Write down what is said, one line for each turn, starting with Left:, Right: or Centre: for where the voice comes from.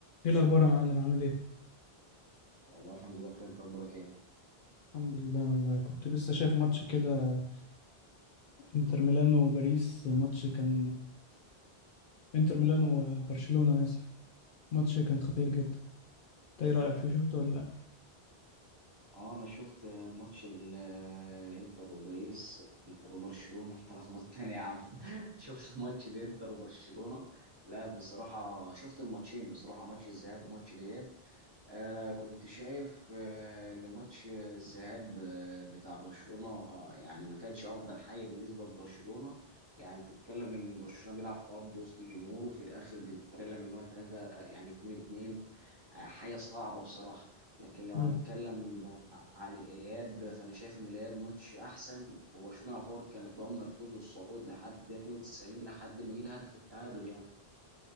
Left: ايه الاخبار يا معلم عامل ايه
Right: والله الحمد لله بخير انت اخبارك ايه
Left: الحمد لله والله كنت لسه شايف ماتش كده انتر ميلانو وباريس ماتش كان انتر ميلانو وبرشلونة اسف ماتش كان خطير جدا انت ايه رأيك فيه شفته ولا لا
Right: اه انا شفت ماتش الانتر وباريس انتر وبرشلونه انت لخبطتني يا عم <laughs> شفت ماتش الانتر وبرشلونه لا بصراحه شفت الماتشين بصراحه ماتش الذهاب وماتش الاياب آه كنت شايف آه ان ماتش الذهاب آه بتاع برشلونه يعني ما كانش افضل حاجه بالنسبه لبرشلونه يعني تتكلم ان برشلونه بيلعب في ارض وسط جمهوره وفي الاخر بتتكلم ان هو ثلاثه يعني 2 2 آه، حاجه صعبه بصراحه لكن لو
Left: اه
Right: هنتكلم عن الاياب فانا شايف ان الاياب ماتش احسن وبرشلونه يعتبر كانت ضامنه الفوز والصعود لحد دقيقه 92 لحد ما جه الهدف التعادل يعني